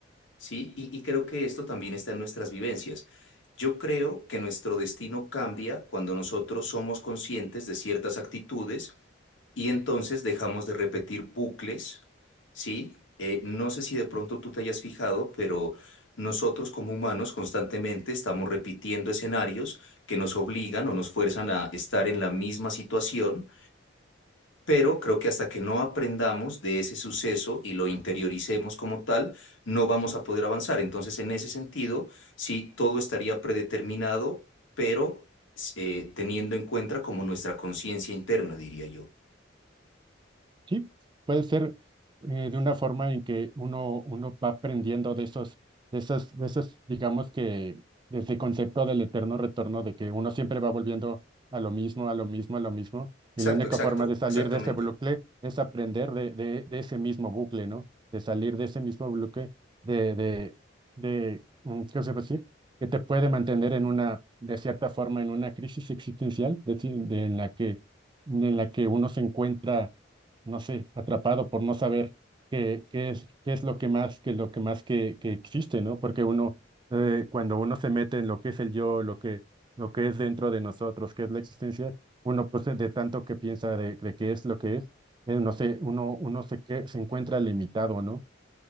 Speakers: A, on the left; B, on the right.
A: Sí, y, y creo que esto también está en nuestras vivencias. Yo creo que nuestro destino cambia cuando nosotros somos conscientes de ciertas actitudes y entonces dejamos de repetir bucles, ¿sí? Eh, no sé si de pronto tú te hayas fijado, pero nosotros como humanos constantemente estamos repitiendo escenarios que nos obligan o nos fuerzan a estar en la misma situación pero creo que hasta que no aprendamos de ese suceso y lo interioricemos como tal, no vamos a poder avanzar. Entonces, en ese sentido, sí, todo estaría predeterminado, pero eh, teniendo en cuenta como nuestra conciencia interna, diría yo.
B: Sí, puede ser eh, de una forma en que uno, uno va aprendiendo de esos, de esas, de esas, digamos que desde el concepto del eterno retorno, de que uno siempre va volviendo a lo mismo, a lo mismo, a lo mismo,
A: Exacto,
B: y la única
A: exacto,
B: forma de salir
A: exactamente.
B: de ese bucle es aprender de, de, de ese mismo bucle, ¿no? De salir de ese mismo bucle, de, de, de, mm, ¿qué se puede decir? Que te puede mantener en una, de cierta forma, en una crisis existencial, es decir, de- en la que, en la que uno se encuentra no sé, atrapado por no saber qué, qué es, qué es lo que más, que lo que más que, que existe, ¿no? Porque uno, eh, cuando uno se mete en lo que es el yo, lo que, lo que es dentro de nosotros, qué es la existencia, uno pues de tanto que piensa de, de qué es lo que es, eh, no sé, uno, uno se, que, se encuentra limitado, ¿no?